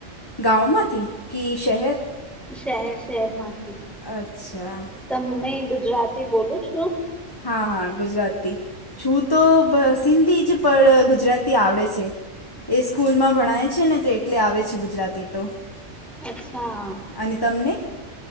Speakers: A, on the left; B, in the centre.
A: ગાવમાંથી કી શહેર?
B: શહેર શહેરમાંથી.
A: અચ્છા..
B: તમે ગુજરાતી બોલો છો?
A: હા હા, ગુજરાતી. છું તો સિંધી જ, પણ ગુજરાતી આવડે છે. એ સ્કૂલમાં ભણાય છે ને તે એટલે આવે છે ગુજરાતી તો.
B: અચ્છા..
A: અને તમને?